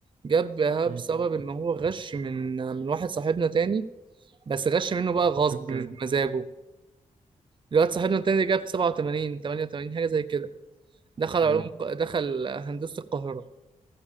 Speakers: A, on the right; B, on the right.
A: جابها
B: امم
A: بسبب ان هو غش من من واحد صاحبنا تاني بس غش منه بقى غصب
B: دول كام
A: مش بمزاجه الواد صاحبنا التاني ده جاب 87 88 حاجه زي كده دخل
B: اه
A: علوم الق- دخل هندسه القاهره